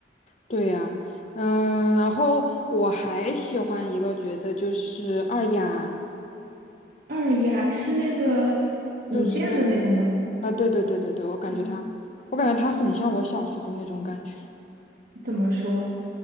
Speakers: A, on the left; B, on the right.
A: 对呀，嗯，然后我还喜欢一个角色，就是二丫，
B: 二丫是那个舞剑的那个吗？
A: 就是啊，对对对对对，我感觉她，
B: 嗯，
A: 我感觉她很像我小时候那种感觉。
B: 怎么说？